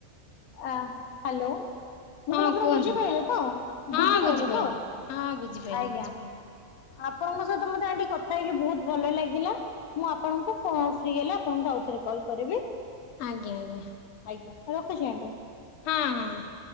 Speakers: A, on the left; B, on the left.
A: hello. ମୁଁ
B: ହଁ
A: କହିଲି ଆପଣ
B: କୁହନ୍ତୁ
A: ବୁଝି ପାଇଲେ ତ
B: ହଁ
A: ବୁଝି ପାଇଲେ
B: ବୁଝିପାରିଲି।
A: ତ।
B: ହଁ ବୁଝିପାରିଲି
A: ଆଜ୍ଞା।
B: ବୁଝିପାରିଲି
A: ଆପଣଙ୍କ ସହିତ ମତେ ଆଣ୍ଠି କଥା ହେଇକି ବହୁତ ଭଲ ଲାଗିଲା। ମୁଁ ଆପଣଙ୍କୁ ଫ୍ରି ହେଲା ଆପଣଙ୍କୁ ଆଉଥରେ କଲ୍ କରିବି।
B: ଆଜ୍ଞା ଆଜ୍ଞା।
A: ଆଜ୍ଞା, ରଖୁଛି ଆଣ୍ଟି
B: ହଁ ହଁ,